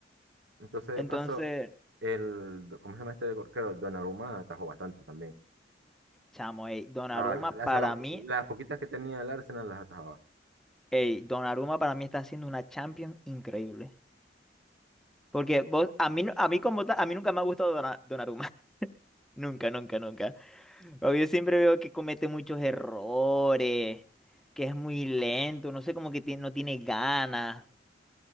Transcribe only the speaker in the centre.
Entonces,
chamo, ey, Donnarumma
para
mí,
ey, Donnarumma para mí está haciendo una Champions increíble. Porque vos, a mí, no- a mí como tal, a mí nunca me ha gustado Donna- Donnarumma. <laughs> Nunca, nunca, nunca. Pero Yo siempre veo que comete muchos errores, que es muy lento, no sé, como que ti- no tiene ganas.